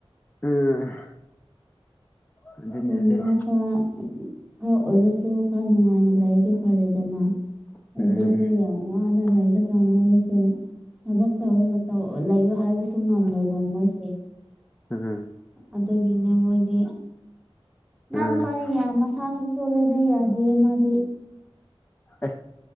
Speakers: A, on the left; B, in the centre.
A: ꯎꯝ ꯑꯗꯨꯅꯦ
B: ꯀꯩꯅꯣ
A: ꯑꯗꯨꯅꯦ
B: ꯈꯔꯥ ꯈꯔ ꯑꯣꯏꯔꯁꯨ ꯈꯔ ꯅꯨꯡꯉꯥꯏꯅ ꯂꯩꯥꯏꯔꯗꯤ ꯐꯔꯦꯗꯅ ꯍꯧꯖꯤꯛꯗꯤ
A: ꯎꯝ
B: ꯌꯥꯝ
A: <inaudible>
B: ꯋꯥꯅ ꯂꯩꯔꯒ ꯃꯣꯏꯁꯨ ꯊꯕꯛ ꯇꯧꯔꯒ ꯇꯧ ꯂꯩꯌꯣ ꯍꯥꯏꯕꯁꯨ ꯉꯝꯃꯣꯏꯕ ꯃꯣꯏꯁꯦ
A: ꯎꯝ ꯍꯨꯝ
B: ꯑꯗꯨꯒꯤꯅꯦ ꯃꯣꯏꯗꯤ ꯅꯪ
A: ꯎꯝ
B: ꯅꯨꯄꯥꯗꯤ ꯌꯥꯝ ꯃꯁꯥꯁꯨ ꯁꯣꯜꯂꯦꯗꯥ ꯌꯥꯗꯦ ꯃꯥꯗꯤ
A: ꯑꯦ